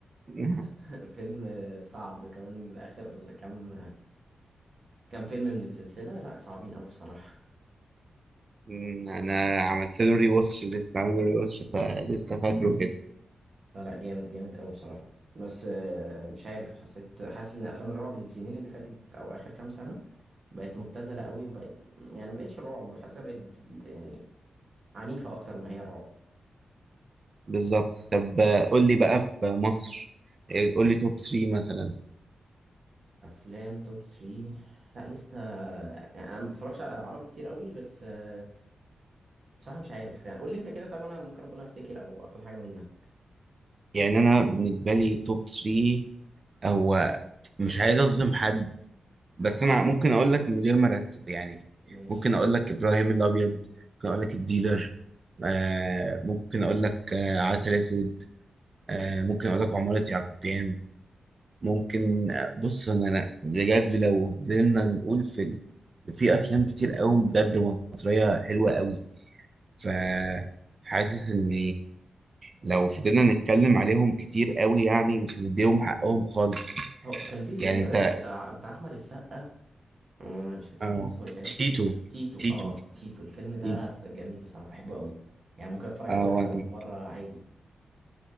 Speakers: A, on the right; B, on the right.
A: <laughs>
B: <laughs> فيلم آه، صعب كمان اخر كام كام فيلم من السلسلة لا صعبين أوي بصراحة
A: أمم، انا عملت له ري واتش لسه عامل له ري واتش فلسه فاكره كده
B: لا لا جامد جامد أوي بصراحة بس آه، مش عارف حسيت حاسس إن أفلام الرعب السنين اللي فاتت أو آخر كام سنة بقت مبتذلة أوي وبقت يعني مبقتش رعب حاسسها بقت يعني عنيفة أكتر ما هي رعب
A: بالظبط طب آه، قول لي بقى في مصر آه، قول لي توب 3 مثلا
B: أفلام توب 3 لا لسه يعني أنا مبتفرجش على عربي كتير أوي بس آه، بصراحة مش عارف يعني قول لي أنت كده طب أنا ممكن أكون أفتكر أو آخد حاجة منك
A: يعني انا بالنسبه لي توب 3 هو مش عايز اظلم حد بس انا ممكن اقول لك من غير ما ارتب يعني
B: ماشي
A: ممكن اقول لك ابراهيم الابيض ممكن اقول لك الديلر آه ممكن اقول لك آه عسل اسود آه، ممكن اقول لك عمارة يعقوبيان ممكن آه، بص انا أنا بجد لو فضلنا نقول في ال- في افلام كتير قوي بجد مصرية حلوة قوي ف حاسس ان لو فضلنا نتكلم عليهم كتير قوي يعني مش هنديهم حقهم خالص
B: هو كان في فيلم
A: يعني انت
B: بتاع بتاع أحمد السقا أمم، مش فاكر
A: اه
B: كان اسمه ايه كان اسمه
A: تيتو
B: تيتو تيتو
A: تيتو
B: اه تيتو الفيلم ده
A: تيتو
B: جميل بصراحة بحبه قوي يعني ممكن اتفرج
A: اه
B: عليه اكتر
A: وأنا-
B: من مرة عادي